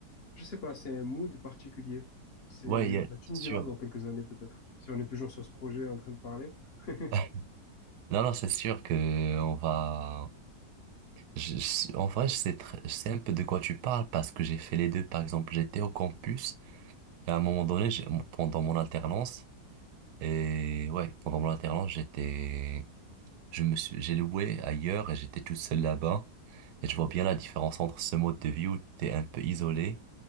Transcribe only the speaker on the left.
je sais pas, c'est un mood particulier. C'est,
bah, tu
me diras
dans quelques années peut-être, si on est toujours sur ce projet en train de parler. <laughs>